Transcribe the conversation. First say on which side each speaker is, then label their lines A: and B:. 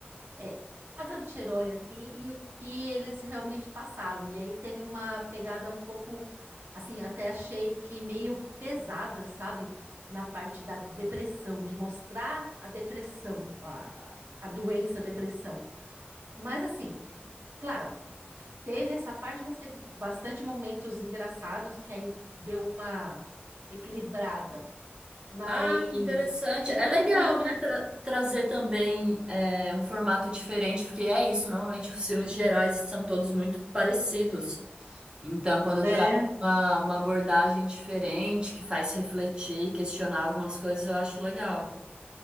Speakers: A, on the right (about 75°); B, on the right (about 25°).
A: é, cada anti-herói, assim, e o que eles realmente passaram. E aí teve uma pegada um pouco, assim, até achei que meio pesada, sabe? Na parte da depressão, de mostrar a depressão, a, a doença, a depressão. Mas, assim, claro, f- teve essa parte, mas teve bastante momentos engraçados que aí deu uma equilibrada. Mas
B: Ah, que interessante.
A: achei
B: É
A: bem
B: legal,
A: bacana.
B: né? tra- trazer também é, um formato diferente, porque é isso. Normalmente os filmes gerais são todos muito parecidos. Então, quando
A: É,
B: traz uma, uma abordagem diferente, que faz refletir, questionar algumas coisas, eu acho legal.